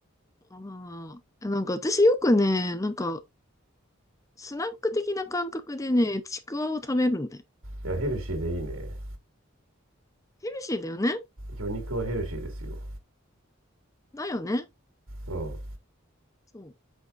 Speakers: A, on the left (about 15°); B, on the right (about 85°).
A: ああ。なんか私よくね、なんか、スナック的な感覚でね、ちくわを食べるんだよ。
B: いや、ヘルシーでいいね。
A: ヘルシーだよね
B: 魚肉はヘルシーですよ。
A: だよね
B: うん。うん
A: そう。